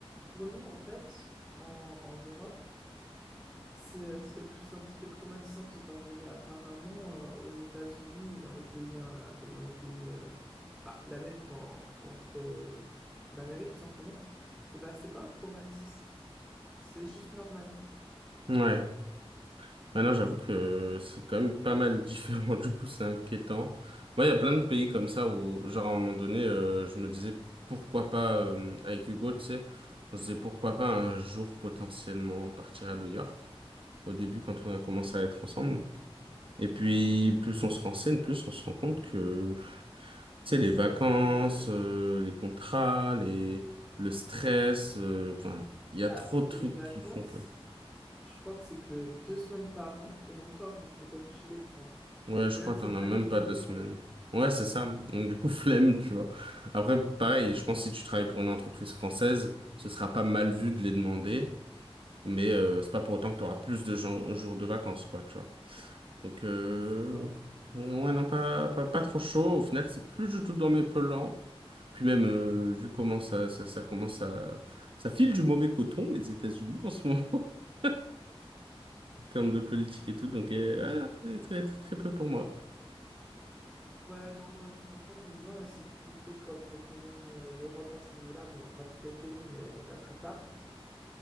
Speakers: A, in the centre; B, on the right.
A: pour nous, en fait, en, en Europe, C'est euh, c'est quelque chose d'un petit peu traumatisant de se faire virer apparemment euh, aux États-Unis et dans les pays euh, et dans les pays euh, bah, l'Amérique en- entre euh, l'Amérique tout simplement et bah c'est pas un traumatisme c'est juste normal
B: Ouais. Maintenant, j'avoue que c'est quand même pas mal différent, <laughs> du coup, c'est inquiétant. Moi, il y a plein de pays comme ça où, genre, à un moment donné, euh, je me disais, pourquoi pas, euh, avec Hugo, tu sais, on se disait, pourquoi pas un jour potentiellement partir à New York, au début, quand on a commencé à être ensemble. Et puis,
A: Mhm.
B: plus on se renseigne, plus on se rend compte que sais,
A: Les
B: les
A: États-Unis
B: vacances,
A: euh,
B: euh, les contrats, les, le stress, euh, enfin, il y a
A: bah,
B: trop de trucs
A: les vacances
B: qui font que.
A: je crois que c'est que deux semaines par an et encore hein, t'es pas obligé de les prendre
B: Ouais, je
A: et même
B: crois
A: c'est
B: que t'en
A: mal
B: as même
A: vu
B: pas
A: de
B: deux
A: les demander
B: semaines. Ouais, c'est ça. Donc, du coup, <laughs> flemme, tu vois. Après, pareil, je pense que si tu travailles pour une entreprise française, ce sera pas mal vu de les demander, mais euh, c'est pas pour autant que tu auras plus de gens- jours de vacances, quoi, tu vois. Donc, euh,
A: c'est ça
B: ouais, non, pas, pas, pas trop chaud. Au final, c'est plus du tout dans mes plans. Puis même, euh, vu comment ça, ça, ça commence à... Ça file du mauvais coton, les États-Unis, en ce moment, <laughs> en termes de politique et tout. Donc, euh, voilà, c'est très, très, très peu pour moi.
A: Ouais, non, moi, franchement, j'aime bien la sécurité qu'offre quand même euh, l'Europe à ce niveau-là. Bon, pas tous les pays, mais la plupart.